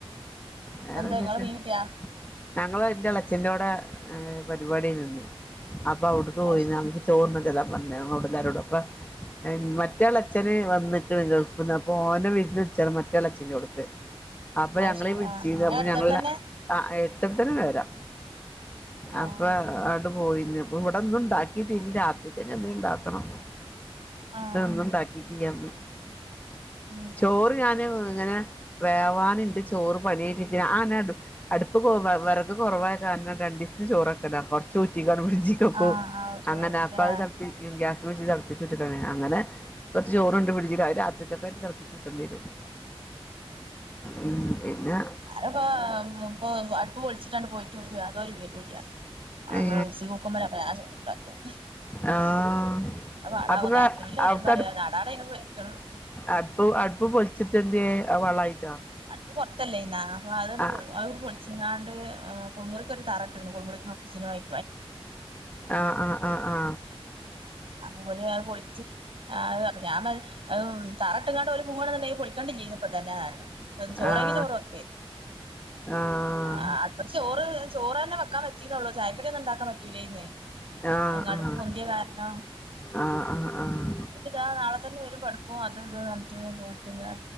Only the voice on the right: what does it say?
എന്താ ഇങ്ങളെ
മീൻ കിട്ടിയാ
അത് ശരി
അത്
ശരി
ആഹ് ഏഹ്
അടുത്തടുത്തന്നെ
ആഹ്
ആഹ്
ഉം
ആഹ് ആഹ് കുട്ടികളായിരിക്കുംല്ലേ
ആപ്പോ ഇപ്പൊ അടുപ്പ് പൊളിച്ചിട്ടാണ് പോയിട്ട് വിട അതോരുപ ഇടിയ ആ
ഇച്ചി കൂക്കുമ്പരെ പശ ഉണ്ടാക്കും എന്താ
വാടാവാ
കാരന്റെ വല അറിയ
പറയാ
നാടാടെ വക്കണം
അടുപ്പ് പുറത്തല്ലേ ഇന്നാ അപ്പൊ അതുകൊണ്ട്
അ പൊളിച്ചിങ്ങാണ്ട് കുളുമുറിക്ക ഒരു തറ എറക്ക സിനമായി
അപ്പൊ പോലെ അത് പൊളിച്ച് അ ഞാൻ തറാട്ടിങ്ങാട്ട പോല പോകണെന്നണ്ടെങ്കിൽ പൊളിക്കാണ്ടണ്ട് ചെയ് തന്നെ ചോറക്ക്
ചോറും ഒക്കെ
ആ അടുപ്പ ചോറ് ചോറ് തന്നെ വെക്കാൻ പറ്റിന്നോള്ളൂ ചായക്കട ഒന്ന ഉണ്ടാക്കാൻ പറ്റൂലേ ഇന്ന്
അങ്ങടുപ്പ
പൊന്തിയോ കാരണോ
ഒരുത നാളെ തന്നെ വരും പഠക്കും അത് ഇത് നിട്ട് പോയിട്ട